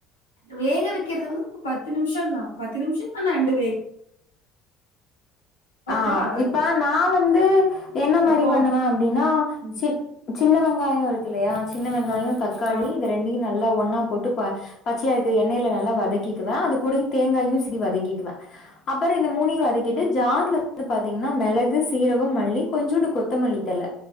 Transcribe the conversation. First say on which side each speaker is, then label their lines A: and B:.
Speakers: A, on the left; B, on the left.
A: வேக வைக்கிறது வந்து பத்து நிம்ஷோம் தா பத்து நிம்ஷோம் அந்த நண்டு வேக்
B: அ
A: நாள் ஆகாது
B: இப்ப நா வந்து என்ன மாரி
A: எப்போ
B: பண்ணுவே அப்டின்னா
A: ம்,
B: சிட் சின்ன வெங்காயோ இருக்குல்லையா சின்ன வெங்காயோ தக்காளி
A: ஆமா
B: இது ரெண்டையு நல் எல்லா ஒன்னா போட்டு ப பச்சையா இருக்குற எண்ணெயில நல்லா வதக்கிக்குவே அது கூடயு தேங்காயு செரி வதக்கிக்குவே அப்பறோம இந்த மூணையும் வதக்கிட்டு ஜார்ல வந்து பாத்தீங்கஃன்னா மெளகு சீரகோ மல்லி கொஞ்சோன்டு கொத்தமல்லிதழ